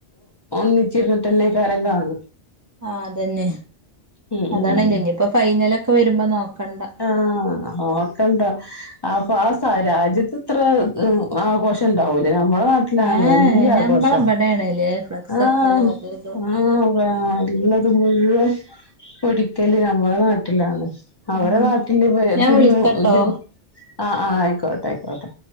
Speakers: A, on the left; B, on the right.
A: ഒന്നിച്ചിരുന്നിട്ടന്നെകാരം കാണ.
B: ആ അതന്നെ
A: ഉം
B: അതാണ്
A: ഉം
B: ഇഞ്ഞിപ്പൊ ഫൈനലൊക്കെ വരുമ്പോ നോക്കണ്ട.
A: ആഹ് നോക്കണ്ട അപ്പൊ ആ സ രാജ്യത്ത് ഇത്ര ആഘോഷം ഇണ്ടാവൂലേ ഞമ്മടെ നാട്ട ഇതാണല്ലോ
B: ഏഹ്
A: വല്യ
B: ഞമ്മളെ
A: ആഘോഷ
B: ഇബടേണ്ല്ലേ ഫ്ലക്സ്
A: ആഹ്
B: വെക്കലും അതും ഇതും
A: ആ ആ വേ ഇള്ളത്ത് മുഴുവൻ പൊടിക്കല് നമ്മുടെ നാട്ടിലാണ് അവരെ
B: ഉം
A: നാട്ടിൽ ഇ ഇതോ
B: ഞാൻ വിളിക്കട്ടോ
A: ഇതി ആ ആഹ് ആയിക്കോട്ടെ അയിക്കോട്ടെ